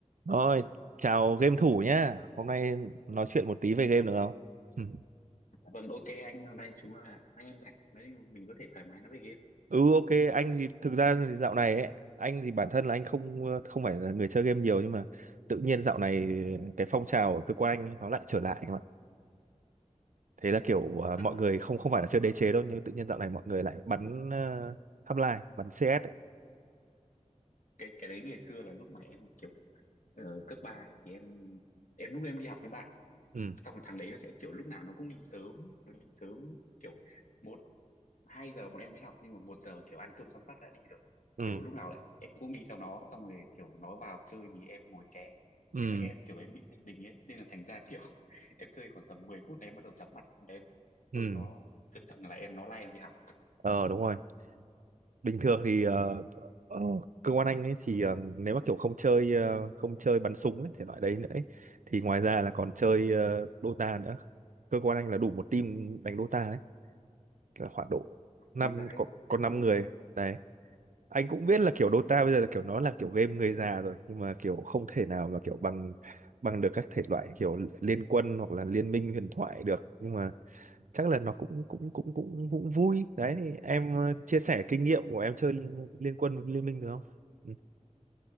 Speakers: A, on the right; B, on the left.
A: Rồi, chào game thủ nhá. Hôm nay nói chuyện một tí về game được không? Ừ,
B: vâng ok anh hôm nay chúng là nay em rảnh đấy mình có thể thoải mái nói về game
A: Ừ, ok, anh thì thực ra thì dạo này ấy, anh thì bản thân là anh không ờ, không phải là người chơi game nhiều nhưng mà tự nhiên dạo này cái phong trào ở cơ quan anh ấy, nó lại trở lại em ạ. Thế là kiểu ờ,
B: Ờ,
A: mọi người không không phải là chơi đế chế đâu nhưng tự nhiên dạo này mọi người lại bắn uh, Half-Life, bắn CS ấy.
B: cái cái đấy ngày xưa là lúc mà em kiểu ờ, cấp 3 ấy, thì em em lúc em đi học với bạn
A: Ừ,
B: xong rồi thằng đấy nó sẽ kiểu lúc nào nó cũng đi sớm nó đi sớm kiểu một hai giờ bọn em mới học nhưng mà một giờ kiểu ăn cơm xong phát đã đi rồi
A: ừ,
B: kiểu lúc nào em cũng đi theo nó xong rồi kiểu nó vào chơi thì em ngồi ké
A: ừ,
B: nhưng mà em kiểu em bị định tình ấy nên là thành ra kiểu <laughs> em chơi khoảng tầm 10 phút là em bắt đầu chóng mặt em
A: ừ.
B: tôi nó chơi xong là em nó lai em đi học
A: Ờ đúng rồi. bình thường thì ờ, ờ, cơ quan anh ấy thì ờ, nếu mà kiểu không chơi ờ, không chơi bắn súng ấy, thể loại đấy nữa ấy, thì ngoài ra là còn chơi ờ, Dota nữa cơ quan anh là đủ một team đánh Dota đấy là khoảng độ năm
B: Vì vậy
A: có có năm
B: đủ
A: người đấy anh cũng biết là kiểu Dota bây giờ là kiểu nó là kiểu game người già rồi nhưng mà kiểu không thể nào mà kiểu bằng bằng được các thể loại kiểu liên quân hoặc là liên minh huyền thoại được nhưng mà chắc là nó cũng cũng cũng cũng cũng vui đấy thì em ờ, chia sẻ kinh nghiệm của em chơi liên, liên quân với liên minh được không ừ